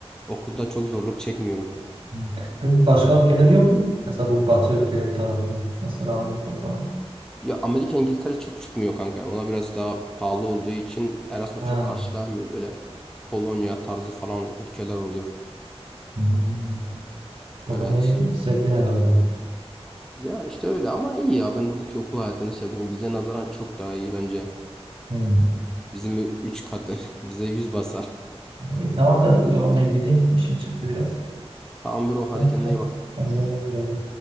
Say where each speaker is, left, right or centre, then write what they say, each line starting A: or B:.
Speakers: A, in the centre; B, on the right.
A: Okulda çok zorluk çekmiyorum.
B: hmm. Peki başka ülkeler yok mu? Mesela bu Batı ülkeleri tarafı. Mesela Amerika falan.
A: Ya Amerika İngiltere çok çıkmıyor kanka. Ona biraz daha pahalı olduğu için Erasmus
B: Ha.
A: çok karşılanmıyor. Böyle Polonya tarzı falan ülkeler oluyor.
B: Hmm. Polonya'yı
A: Evet.
B: sevdin herhalde.
A: Ya işte öyle ama iyi ya. Ben buradaki okul hayatını sevdim. Bize nazaran çok daha iyi bence.
B: Hmm.
A: Bizim 3 katı. <laughs> Bize 100 basar.
B: E, tamam da o zaman ben gideyim. İşim çıktı biraz.
A: Tamam bro
B: Tamam,
A: hadi kendine
B: tamam.
A: iyi bak.
B: Ben de öyle.